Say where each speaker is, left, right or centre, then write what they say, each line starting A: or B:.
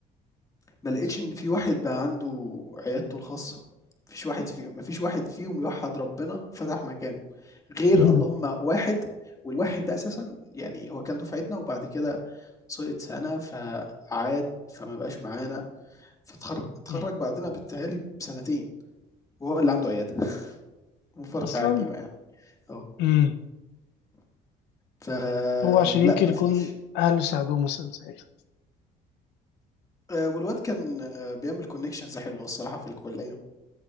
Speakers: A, on the left; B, on the left.
A: ما لقيتش إن في واحد بقى عنده عيادته الخاصة، ما فيش واحد في ما فيش واحد فيهم يوحّد ربنا فتح مكانه، غير
B: مم.
A: اللهم واحد والواحد ده أساسًا يعني هو كان دُفعتنا وبعد كده سقط سَنة فعاد، فما بقاش معانا، فاتخر اتخرّج
B: مم.
A: بعدنا بيتهيأ لي بسنتين وهو اللي عنده عيادة، <laughs> مفارقة
B: أصلا
A: عجيبة يعني، آه،
B: مم.
A: فلأ
B: هو عشان يمكن
A: ما
B: يكون
A: فيش
B: أهله ساعدوه مثلا ساعتها
A: آآ والواد كان آه، بيعمل connections حلوة الصراحة في الكُلّية،